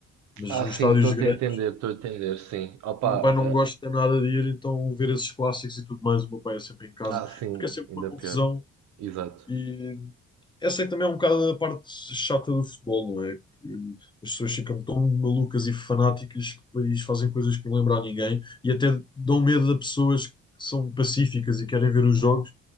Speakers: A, on the left; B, on the right.
A: Mas
B: Ah,
A: nos estádios
B: sim, estou-te
A: grandes.
B: a entender, estou a entender, sim. Opa,
A: O meu pai não
B: eh,
A: gosta nada de ir, então ver esses clássicos e tudo mais, o meu pai é sempre em casa,
B: ah, sim,
A: porque é sempre
B: ainda
A: uma confusão.
B: pior. Exato.
A: E essa é que também é um bocado a parte chata do futebol, não é? Que as pessoas ficam tão malucas e fanáticas que depois fazem coisas que não lembram a ninguém e até dão medo a pessoas que são pacíficas e querem ver os jogos,